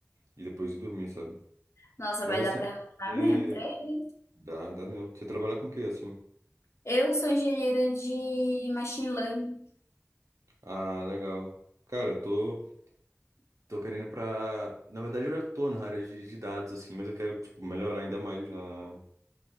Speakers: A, on the right; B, on the left.
A: e depois ir dormir, sabe?
B: nossa,
A: Mas
B: vai
A: assim,
B: dar pra relatar
A: você...
B: mesmo, três.
A: dá, dá mesmo. Você trabalha com o quê, assim?
B: Eu sou engenheira de machine learning.
A: Ah, legal. Cara, eu tô, tô querendo ir pra. Na verdade, eu já tô na área de, de dados, assim, mas eu quero, tipo, melhorar ainda mais na,